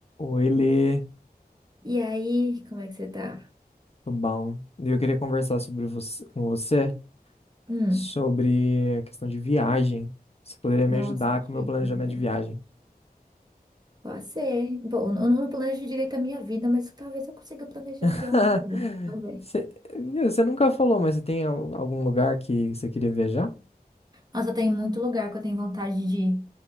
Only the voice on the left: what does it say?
Oi, Lê,
tudo bom? Eu queria conversar sobre você, com você
sobre a questão de viagem. Você poderia me
ajudar
com o meu planejamento de viagem?
<laughs>
Você, viu, você nunca falou, mas você tem al- algum lugar que você queria viajar?